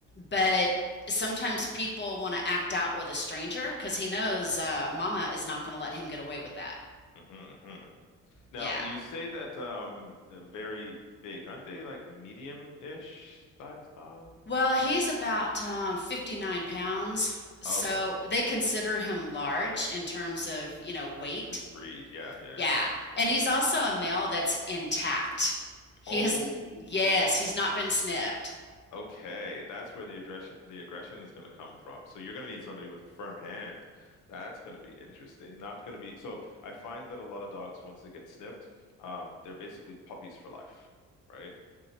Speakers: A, on the left; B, on the left.
A: But sometimes people want to act out with a stranger because he knows uh, Mama is not going to let him get away with that.
B: hmm hmm Now
A: Yeah.
B: you say that um uh, very big, aren't they like medium-ish size dog?
A: Well, he's about um, 59 pounds, so
B: Okay,
A: they consider him large in terms of, you know, weight.
B: his breed. Yeah, yeah,
A: Yeah.
B: yeah.
A: And he's also a male that's intact. He
B: Oh,
A: has, yes, he's not been snipped.
B: Okay, that's where the aggression the aggression is going to come from. So you're going to need somebody with a firm hand. That's going to be interesting. Not going to be so. I find that a lot of dogs, once they get snipped, um, they're basically puppies for life, right?